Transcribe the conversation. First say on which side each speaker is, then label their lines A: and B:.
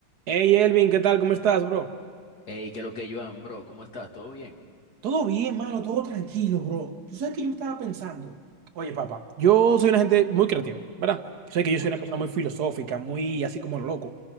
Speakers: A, on the right; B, on the left.
A: Hey Elvin, ¿qué tal? ¿Cómo estás, bro?
B: Hey, ¿qué es lo que yo bro? ¿Cómo estás? ¿Todo bien?
A: Todo bien, mano, todo tranquilo, bro. Tú sabes que yo me estaba pensando. Oye, papá, yo soy una gente muy creativa, ¿verdad? Sé que yo
B: Cuéntame.
A: soy una persona muy filosófica, muy así como lo loco.